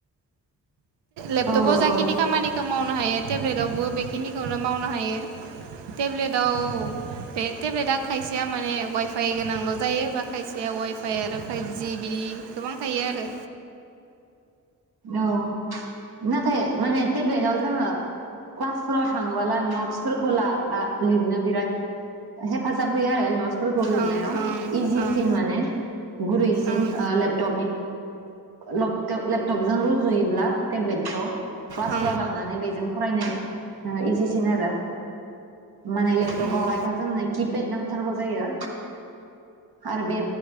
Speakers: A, on the right; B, on the right.
A: लेपटपाव
B: औ
A: जाखिनि
B: औ
A: खामानि माव नो हायो टेब्लेटआवबो बेखिनिखौनो मावनो हायो टेब्लेटआव बे टेब्लेटआ खायसेया माने वाइफाइ गोनांल' जायो बा खायसेया वाइफाइ आरो फाइभजि बिदि गोबां थायो आरो
B: औ नाथाय माने टेब्लेटाव जोङो क्लासफोराव थाङोबोला नटसफोरखौ ला ला लिरनो बिराद हेफाजाब होयो आरो नटस फोरखौ लिरनायाव
A: ओं ओं
B: इजिसिन
A: ओं
B: माने गुरैसिन
A: ओं
B: ओ लेपटपनि लगट लेप जों रुजुयोब्ला थेब्लेट खौ क्लासफोराव
A: ओं
B: लांनानै बेजों फरायनो नोङो इजिसिन आरो माने लेपटपावहायथ'
A: उम
B: जोंनो किपेड नांथारगौ जायो आरो बे